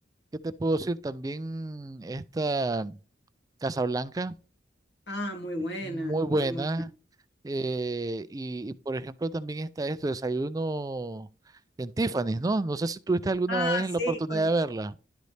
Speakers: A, on the right; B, on the left.
A: ¿qué te puedo decir? También esta... Casablanca
B: Ah, muy buena,
A: muy
B: muy,
A: buena.
B: muy. buena.
A: eh, y, y, por ejemplo también está esto, desayuno en Tiffany's, ¿no? No sé si tuviste alguna
B: Ah,
A: vez la
B: sí,
A: oportunidad
B: con,
A: de verla.